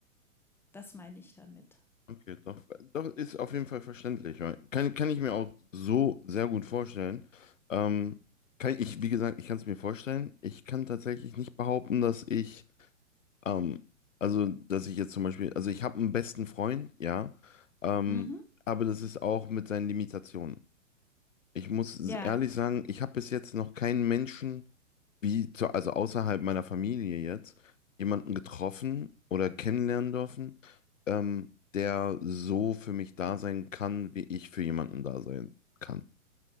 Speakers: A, in the centre; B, on the left.
A: Das meine ich damit.
B: Okay, doch, doch ist auf jeden Fall verständlich. ja. Kann, kann ich mir auch so sehr gut vorstellen. Ähm, kann ich, wie gesagt, ich kann es mir vorstellen. Ich kann tatsächlich nicht behaupten, dass ich, ähm, also, dass ich jetzt zum Beispiel, also ich habe einen besten Freund, ja, ähm,
A: Mhm.
B: aber das ist auch mit seinen Limitationen. Ich muss
A: Ja.
B: ehrlich sagen, ich habe bis jetzt noch keinen Menschen wie zu, also außerhalb meiner Familie jetzt, jemanden getroffen oder kennenlernen dürfen, ähm, der so für mich da sein kann, wie ich für jemanden da sein kann.